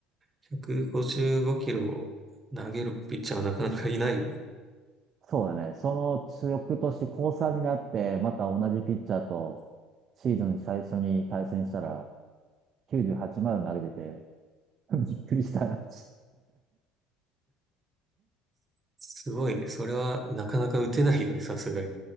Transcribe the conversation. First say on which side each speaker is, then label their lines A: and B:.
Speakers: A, on the right (about 25°); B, on the right (about 40°).
A: 155キロを投げるピッチャーはなかなかいないよね。
B: そうだね。その強くとして高3になって、また同じピッチャーとシーズン最初に対戦したら、98まで投げてて、<laughs> びっくりした。
A: すごいね。それはなかなか打てないよね、さすがに。